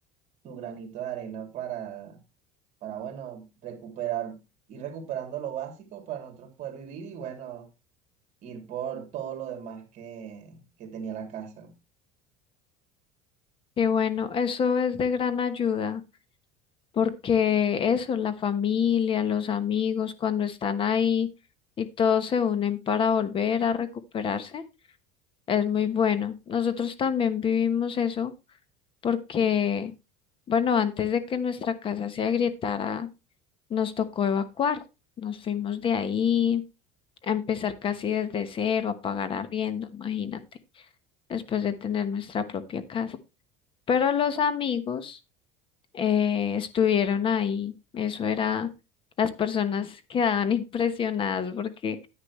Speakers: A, on the right (about 40°); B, on the left (about 30°).
A: su granito de arena para, para, bueno, recuperar, ir recuperando lo básico para nosotros poder vivir y, bueno, ir por todo lo demás que, que tenía la casa.
B: Qué bueno, eso es de gran ayuda, porque eso, la familia, los amigos, cuando están ahí y todos se unen para volver a recuperarse, es muy bueno. Nosotros también vivimos eso porque, bueno, antes de que nuestra casa se agrietara, nos tocó evacuar. Nos fuimos de ahí a empezar casi desde cero, a pagar arriendo, imagínate, después de tener nuestra propia casa. Pero los amigos eh, estuvieron ahí. Eso era, las personas quedaban <laughs> impresionadas porque